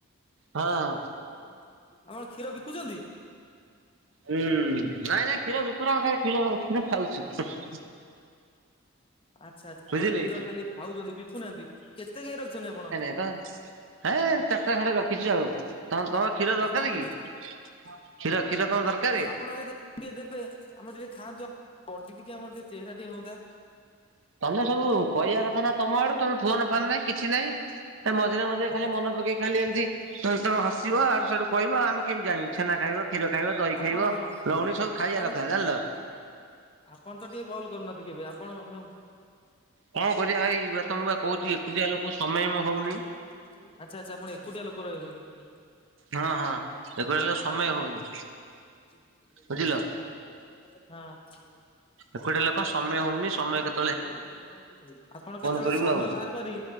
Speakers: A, on the right; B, on the left.
A: ହଁ ହଁ।
B: ଆପଣ କ୍ଷୀର ବିକୁଛନ୍ତି?
A: ହୁଁ ନାଇଁ ନାଇଁ କ୍ଷୀର ବିକୁନାଉ ଖାଲି କ୍ଷୀର କ୍ଷୀର ଖାଉଛୁ ହୁଁ ହୁଁ ହୁଁ।
B: ଆଚ୍ଛା ଆପଣ
A: ବୁଝିଲେ।
B: କ୍ଷୀର ଖାଲି ଖାଉଛନ୍ତି ବିକୁନାହାନ୍ତି। କେତେ ଗାଈ ରଖିଛନ୍ତି ଆପଣ?
A: ଗା ଏ ଚାରିଟା ଖଣ୍ଡେ ରଖିଛୁ ଆଉ ତମ ତମ। କ୍ଷୀର
B: ଚାରିଟା
A: ଦରକାର
B: ଖଣ୍ଡେ
A: କି
B: ରଖିଛନ୍ତି
A: କ୍ଷୀର କ୍ଷୀର ତମର ଦରକାରେ?
B: ଆପଣ ଯଦି ଟିକେ ଦେବେ ଆମର ଟିକେ ଖାଆନ୍ତୁ ବଡି ଟିକେ ଆମର ଟିକେ ଚେହେରା ଟିକେ ହୁଅନ୍ତା।
A: ତମେ ସବୁ କହିବା କଥା ନା ତମ ଆଡୁ ତମେ ଫୋନ ଫାନ୍ ନାଇଁ କିଛି ନାଇଁ। ଏ ମଝିରେ ମଝିରେ
B: ଆପଣ
A: ଖାଲି ମନ ପକେଇ ଖାଲି ଏମିତି ତମେ ତମେ ହସିବ ୟାଡୁ ସିଆଡୁ କହିବ ଆମ ଆମେ କେମିତି ଜାଣିବୁ ଛେନା ଖାଇବ କ୍ଷୀର ଖାଇବ ଦହି
B: ଆପଣ
A: ଖାଇବ ଲଉଣୀ ସବୁ ଖାଇବା
B: ଆପଣ
A: କଥା ଜାଣିଲ।
B: ଆପଣ ତ ଟିକେ କଲ୍ କରୁନହାନ୍ତି କେବେ ଆପଣ
A: କଣ କରିବା ଭାଇ ବା ତମ ବା କହୁଛି ଏକୁଟିଆ ଲୋକ ସମୟ ହଉନି।
B: ଆଚ୍ଛା ଆଚ୍ଛା ଆପଣ ଏକୁଟିଆ ଲୋକ ରହିଛନ୍ତି।
A: ହଁ ହଁ ଏକୁଟିଆ ଲୋକ ସମୟ ହଉନି।
B: ହଁ
A: ବୁଝିଲ। ଏକୁଟେ ଲୋକ ସମୟ ହଉନି ସମୟ କେତେ
B: ଆପଣ କେତେବେଳେ
A: କରିବୁ
B: ସମୟ
A: ଆଉ।
B: ବାହାର କରିି